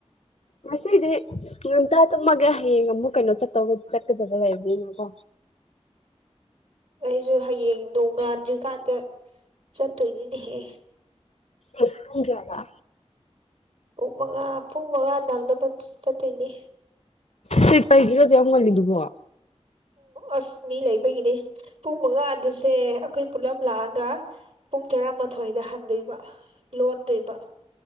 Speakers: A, on the left (about 70°); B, on the right (about 65°).
A: ꯃꯁꯤꯗꯤ ꯑꯇ ꯇꯃꯒ ꯍꯌꯦꯡ ꯉꯨ ꯀꯩꯅꯣ ꯆꯠꯠꯇꯒ ꯆꯠꯗꯕ ꯂꯩꯕꯅꯤꯦꯅꯀꯣ
B: ꯑꯩꯁꯨ ꯍꯌꯦꯡ ꯅꯣꯡꯉꯥꯟꯗ꯭ꯔꯤꯀꯥꯟꯗ ꯆꯠꯇꯣꯏꯅꯤꯅꯦꯍꯦ
A: ꯑꯦꯛꯇꯨꯡ ꯌꯥꯕ
B: ꯄꯨꯡ ꯃꯉꯥ ꯄꯨꯡ ꯃꯉꯥ ꯅꯪꯅꯕ ꯆꯠꯇꯣꯏꯅꯤ
A: ꯁꯤ ꯀꯥꯏꯒꯤꯔꯣꯗꯤ ꯌꯥꯝ ꯉꯜꯂꯤꯗꯨꯕꯣ
B: ꯑꯁ ꯃꯤ ꯂꯩꯕꯒꯤꯅꯦ ꯄꯨꯡ ꯃꯉꯥ ꯑꯗꯨꯁꯦ ꯑꯩꯈꯣꯏ ꯄꯨꯂꯞ ꯂꯥꯛꯑꯒ ꯄꯨꯡ ꯇꯔꯥꯃꯥꯊꯣꯏꯗ ꯍꯟꯗꯣꯏꯕ ꯂꯣꯟꯗꯣꯏꯕ